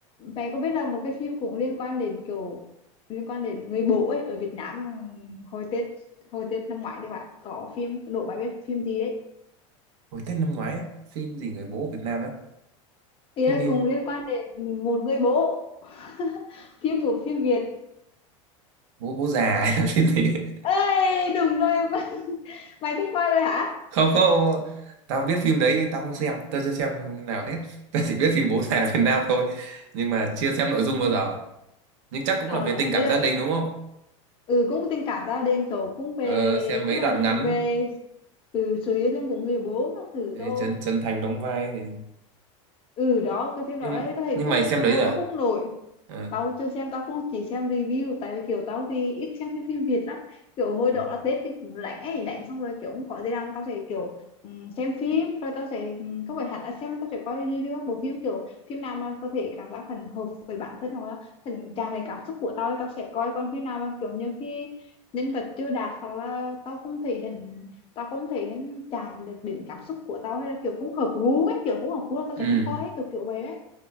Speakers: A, on the left; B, on the right.
A: mày có biết là một cái phim cũng liên quan đến kiểu liên quan đến người bố ấy ở Việt Nam ừm, hồi Tết hồi Tết năm ngoái thì bạn có phim đố mày biết phim gì đấy?
B: hồi Tết năm ngoái ấy, phim gì người bố ở Việt Nam á
A: Ý
B: phim,
A: là
B: phim
A: cùng liên quan đến một người bố <laughs> phim của phim Việt.
B: bố bố già <laughs> hay là phim gì ấy.
A: Ê, đúng rồi. <laughs> Mày cũng coi rồi hả?
B: <laughs> không không tao biết phim đấy nhưng tao không xem tao chưa xem nào hết <laughs> tao chỉ biết phim bố già Việt Nam thôi nhưng mà chưa xem nội dung bao giờ nhưng chắc cũng
A: Ờ,
B: là về tình
A: cái
B: cảm
A: đó
B: gia đình đúng không
A: ừ cũng tình cảm gia đình tổ cũng về
B: ờ, xem mấy
A: tức là
B: đoạn ngắn
A: về từ sự yêu thương của người bố các thứ
B: Thế
A: thôi
B: Trấn Trấn Thành đóng vai
A: ừ đó cái phim
B: nhưng
A: đó đấy có thể
B: nhưng
A: cũng
B: mày xem đấy
A: hồi
B: rồi
A: đó
B: à?
A: cũng nổi
B: Ờ.
A: tao chưa xem tao cũng chỉ xem review tại vì kiểu tao thì ít xem phim, phim Việt lắm kiểu hồi đó
B: ừ
A: là Tết thì cũng rảnh ấy rảnh xong rồi kiểu cũng có gì làm tao sẽ kiểu ừm, xem phim rồi tao sẽ ừm, không phải hẳn là xem tao sẽ coi review các bộ phim kiểu phim nào mà tao thể cảm giác hình hợp với bản thân hoặc là hình chạm về cảm xúc của tao thì tao sẽ coi còn phim nào mà kiểu như khi nhân vật chưa đạt hoặc là tao không thể hình tao không thể hình chạm được đến cảm xúc của tao hay là kiểu không hợp gu ấy kiểu không hợp gu là tao
B: ừ
A: sẽ không coi ấy, kiểu kiểu vậy ấy